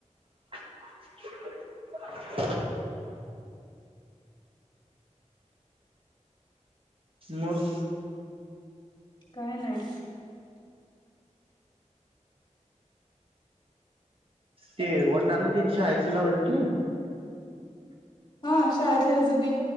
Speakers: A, on the right; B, on the left.
A: <inaudible> मग
B: काय नाही
A: ते वटान तेन शाळेतला लावल्यात होय
B: हा शाळेतले हेज बी